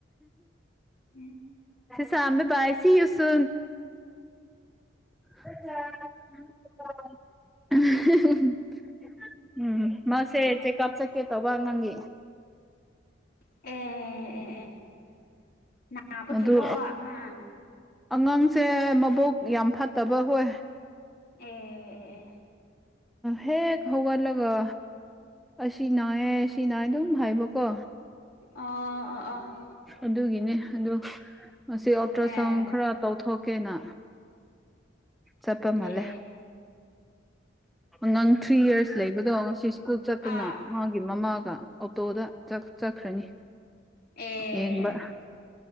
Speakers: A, on the left; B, in the centre.
A: ꯎꯝ
B: ꯁꯝꯃꯦ ꯏꯁꯤꯁ <inaudible> ꯎꯝ ꯃꯥꯁꯦ ꯆꯦꯛꯀꯑꯞ ꯆꯠꯀꯦ ꯇꯧꯕꯉꯪꯒꯤ
A: ꯑꯦ ꯑꯦ ꯑꯦ ꯅꯥꯕꯒꯤꯔꯣ
B: ꯑꯗꯨ
A: ꯑꯉꯥꯡ
B: ꯑꯉꯥꯡꯁꯦ ꯃꯕꯣꯛ ꯌꯥꯝ ꯐꯠꯇꯕ ꯍ
A: ꯑꯣ
B: ꯍꯦꯛ ꯍꯧꯒꯂꯒ ꯑꯁꯤ ꯅꯥꯏꯌꯦ ꯑꯁꯤ ꯅꯥꯏꯌꯦ ꯑꯗꯨꯝ ꯍꯥꯏꯕꯀꯣ
A: ꯑ ꯑ ꯑꯥ
B: ꯑꯗꯨꯒꯤꯅꯦ ꯑ ꯃꯁꯤ ꯑꯜꯇ꯭ꯔ
A: ꯑꯦ
B: ꯁꯥꯎꯟ ꯈꯔ ꯇꯧꯊꯣꯛ ꯀꯦꯅꯥ ꯆꯞꯄ ꯃꯥꯜꯂꯦ
A: ꯑꯦ
B: ꯅꯪ ꯊ꯭ꯔꯤ ꯌꯔꯁ ꯂꯩꯕꯗꯣ ꯉꯁꯤ ꯁ꯭ꯀꯨꯜ ꯆꯠꯇꯨꯅ
A: ꯑꯥ
B: ꯃꯥꯒꯤ ꯃꯃꯥꯒ ꯑꯣꯇꯣꯗ ꯆꯠꯈ꯭ꯔꯅꯤ
A: ꯑꯦ
B: ꯌꯦꯕ